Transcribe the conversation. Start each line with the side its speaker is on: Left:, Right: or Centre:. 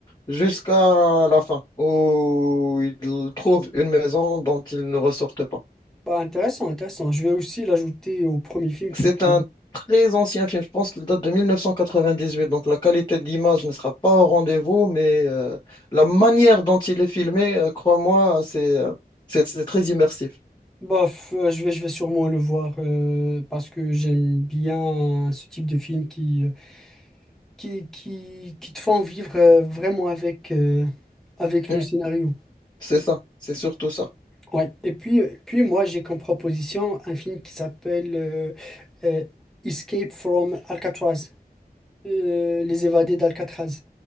Left: jusqu'à la fin, où ils trouvent une maison dont ils ne ressortent pas.
Centre: Bah, intéressant, intéressant. Je vais aussi l'ajouter au premier film
Left: C'est
Centre: que tu
Left: un
Centre: m'as
Left: très ancien film, je pense qu'il date de 1998, donc la qualité de l'image ne sera pas au rendez-vous, mais euh, la manière dont il est filmé, euh, crois-moi, c'est euh, c'est c'est très immersif.
Centre: Bof, euh, je vais, je vais sûrement le voir euh, parce que j'aime bien ce type de film qui, euh, qui, qui, qui te font vivre euh, vraiment avec, euh, avec le
Left: Mm.
Centre: scénario.
Left: C'est ça, c'est surtout ça.
Centre: Ouais. Et puis, et puis moi, j'ai comme proposition un film qui s'appelle euh, euh, Escape from Alcatraz, Euh, Les évadés d'Alcatraz.